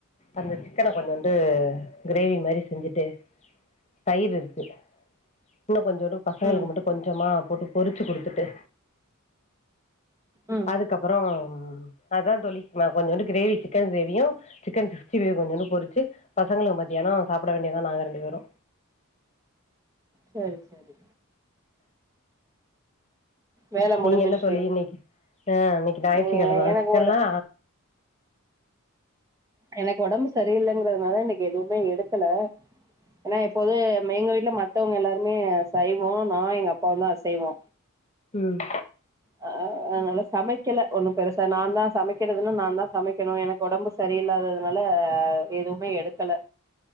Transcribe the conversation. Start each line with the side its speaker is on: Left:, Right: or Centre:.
Left: அந்த சிக்கன கொஞ்சோன்டு கிரேவி மாரி செஞ்சுட்டு தயிரு இரு க்கு வுன்னோ கொஞ்சோண்டு பசங்களுக்கு
Right: ம்
Left: மட்டு கொஞ்சமா போட்டு பொறுச்சு குடுத்துட்டு
Right: ம்
Left: அதுக்கப்பறோ அதா தோழி நா கொஞ்சோண்டு கிரேவி சிக்கன் கிரேவியு சிக்கன் சிக்ஸ்டிஃபைவ் கொஞ்சோன்டு பொறுச்சு பசங்களுக்கு மதியானோ சாப்ட வேண்டியதா நாங்க ரெண்டு பேரு
Right: சரி சரி வேல முடிஞ்சிருச்சு
Left: நீங்க என்ன தோழி இன்னக்கி ஆ இன்னக்கி நாயிற்றுக்கெழம
Right: நீங்க எனக்கு
Left: சிக்கன்லா
Right: ஒட எனக்கு ஒடம்பு சரியில்லங்கறதுனால இன்னக்கி எதுவுமே எடுக்கல ஏனா எப்போது மே எங்க வீட்ல மத்தவுங்க எல்லாருமே சைவோ நா எங்க அப்பாவுந்தா அசைவோ
Left: ம்
Right: ஆ அதுனால சமைக்கல ஒண்ணு பெருசா நா தா சமைக்கிறதுல நா தா சமைக்கணு எனக்கு ஒடம்பு சரியில்லாததுனால எதுவுமே எடுக்கல